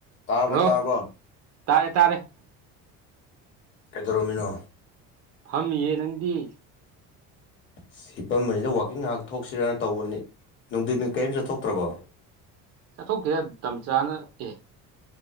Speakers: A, on the left (about 35°); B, on the right (about 50°).
A: ꯇꯥꯔꯕꯣ
B: ꯍꯜꯂꯣ
A: ꯇꯥꯔꯕꯣ
B: ꯇꯥꯔꯦ ꯇꯥꯔꯦ
A: ꯀꯩꯗꯧꯔꯝꯃꯤꯅꯣ
B: ꯐꯝꯃꯤꯌꯦ ꯅꯪꯗꯤ
A: ꯁꯤꯄꯝꯕꯅꯤꯗ ꯋꯥꯋꯥꯛꯀꯤꯡ ꯉꯥꯏꯍꯥꯛ ꯊꯣꯛꯁꯤꯔꯅ ꯇꯧꯕꯅꯤ ꯅꯨꯡꯊꯠꯅ ꯀꯔꯤꯝ ꯆꯠꯊꯣꯛꯇ꯭ꯔꯕꯣ
B: ꯆꯠꯊꯣꯛꯈꯤꯔ ꯇꯆꯥꯥꯅ ꯑꯦ